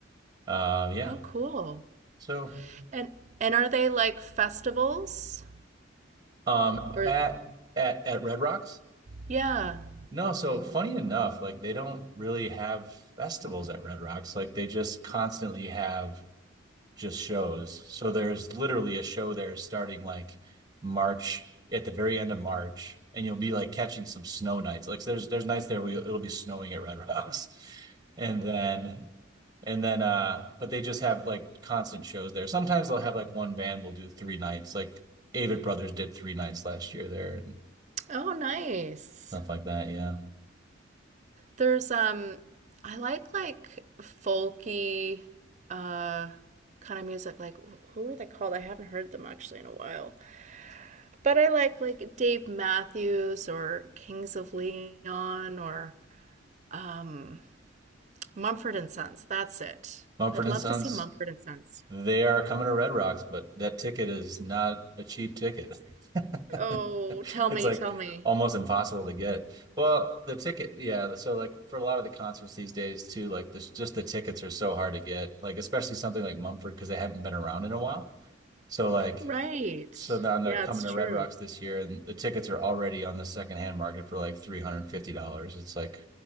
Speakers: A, on the right; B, on the right.
A: Uh, yeah.
B: Oh, cool.
A: So
B: And and are they like festivals?
A: um,
B: Or
A: at at at Red Rocks?
B: yeah. <laughs>
A: No. So funny enough, like they don't really have festivals at Red Rocks. Like they just constantly have just shows. So there's literally a show there starting like March at the very end of March, and you'll be like catching some snow nights. Like so there's there's nights there where it'll be snowing at Red Rocks, <laughs> and then and then uh, but they just have like constant shows there. Sometimes they'll have like one band will do three nights. Like Avid Brothers did three nights last year there and
B: Oh, nice.
A: stuff like that. Yeah.
B: There's um I like like folky uh kind of music like who are they called? I haven't heard them actually in a while. But I like like Dave Matthews or Kings of Leon or um Mumford and Sons. That's it.
A: Mumford
B: I'd love
A: and Sons.
B: to see Mumford and Sons.
A: They are coming to Red Rocks, but that ticket is not a cheap ticket. <laughs>
B: Oh, tell
A: It's
B: me,
A: like
B: tell me.
A: almost impossible to get. Well, the ticket, yeah. So like for a lot of the concerts these days too, like this just the tickets are so hard to get. Like especially something like Mumford because they haven't been around in a while. So like
B: Right.
A: so now they're
B: Yeah,
A: coming
B: it's
A: to
B: true.
A: Red Rocks this year and the tickets are already on the secondhand market for like $350. It's like